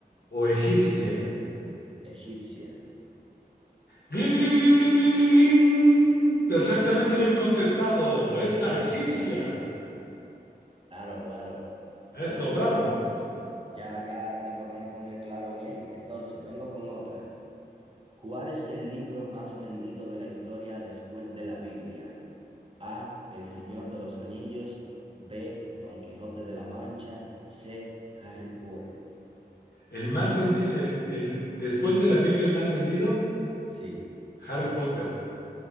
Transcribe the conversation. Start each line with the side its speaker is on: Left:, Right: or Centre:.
Left: o egipcia?
Right: Egipcia.
Left: ¡Gling, gling, gling, gling, gling, gling, gling! Perfectamente bien contestado. Es
Right: <laughs>
Left: la egipcia.
Right: Claro, claro.
Left: Eso,
Right: Ok,
Left: bravo.
Right: Ya, ya me toca responder claro bien. Entonces, vengo con otra. ¿Cuál es el libro más vendido de la historia después de la Biblia? A. El Señor de los Anillos. B. Don Quijote de la Mancha. C. Harry Potter.
Left: El más vendido, el, el, después de la Biblia, el más vendido,
Right: Sí.
Left: Harry Potter.